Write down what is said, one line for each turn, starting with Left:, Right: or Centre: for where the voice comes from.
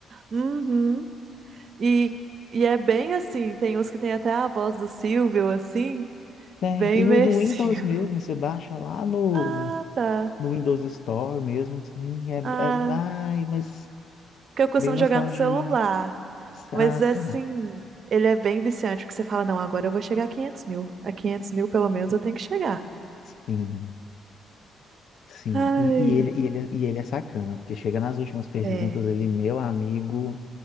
Right: Uhum. E, e é bem assim, tem uns que tem até a voz do Silvio, assim,
Left: Tem,
Right: bem
Left: tem
Right: imersivo.
Left: o do Windows mesmo,
Right: <laughs>
Left: você baixa lá no
Right: Ah, tá.
Left: no Windows Store mesmo, sim, é,
Right: Ah,
Left: é, ai, mas
Right: que eu costumo
Left: bem nostalgia.
Right: jogar no celular.
Left: Ah,
Right: Mas
Left: tá.
Right: assim, ele é bem viciante, porque você fala, não, agora eu vou chegar a 500 mil. A 500 mil, pelo menos, eu tenho que chegar.
Left: Sim, sim.
Right: Ai,
Left: E, e ele, e, ele, e ele é sacana, porque chega nas últimas perguntas
Right: é.
Left: ali, meu amigo,